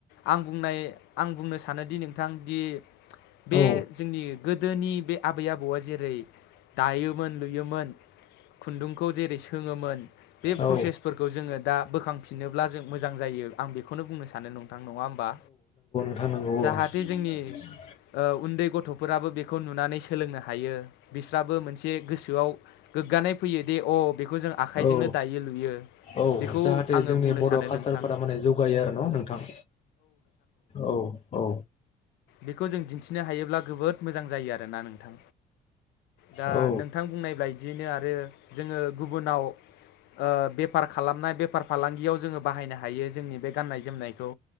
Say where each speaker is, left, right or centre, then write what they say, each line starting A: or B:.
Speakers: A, on the left; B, on the left.
A: आं बुंनाय आं बुंनो सानोदि नोंथांदि बे
B: औ
A: जोंनि गोदोनि बे आबै आबौआ जेरै दायो मोन लुयोमोन खुन्दुंखौ जेरै सोङोमोन बे प्रसेसफोरखौ
B: औ
A: जोङो दा बोखांफिनोब्ला जों मोजां जायो आं बेखौनो बुंनो सानो नं आं नङा होमबा
B: थानांगौ‌।
A: जाहाथे जोंनि उन्दै गथफोराबो बेखौ नुनानै सोलोंनो हायो, बिस्राबो मोनसे गोसोआव गोग्गानाय फैयो दि अ बेखौ जों आखाइजोंनो
B: औ
A: दायो लुयो
B: औ
A: बेखौ
B: जाहाथे
A: आङो
B: जोंनि
A: बुंनो
B: बर
A: सानो
B: कालसारफोरा
A: नोंथां
B: माने जौगायो आरो न नोंथां औ। औ।
A: बेखौ जों दिन्थिनो हायोब्ला गोबोद मोजां जायो आरोना नोंथां। दा
B: औ
A: नोंथां बुंनाय बायदियैनो आरो जोङो। गुबुनाव ओ बेफार खालामनाय बेफार फालांगियाव जोङो बाहायनो हायो, जोंनि बे गाननाय जोमनायखौ